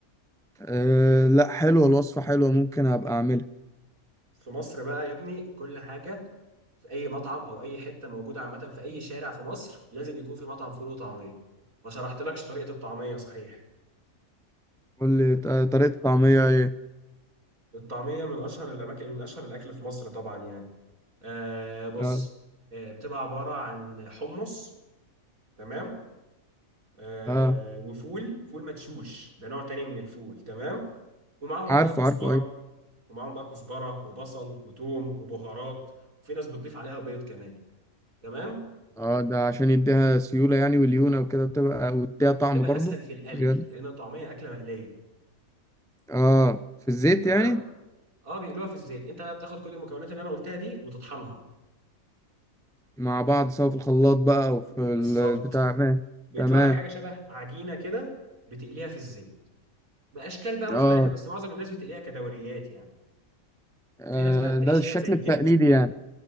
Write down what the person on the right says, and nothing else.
في مصر بقى يا ابني كل حاجه في اي مطعم او اي حته موجوده عامه في اي شارع في مصر لازم يكون في مطعم فول وطعميه ما شرحتلكش طريقه الطعميه صحيح
الطعمية من أشهر الأماكن من أشهر الأكل في مصر طبعا يعني آه بص
آه بتبقى عبارة عن حمص تمام آه
وفول فول مدشوش ده نوع تاني من الفول تمام ومعاهم
بقى كزبرة
ومعاهم بقى كزبرة وبصل وتوم وبهارات وفي ناس بتضيف عليها بيض كمان تمام
بتبقى
أسهل في القلي
لأن الطعمية أكلة مقلية
تمام
اه بيقلوها في الزيت انت بقى بتاخد كل المكونات اللي انا قلتها دي وتطحنها
بالظبط
بيطلع
لك حاجه شبه عجينه كده بتقليها في الزيت باشكال بقى مختلفه
بس معظم الناس بتقليها كدوريات يعني
وفي ناس بقى بتحشيها
زي
جبنه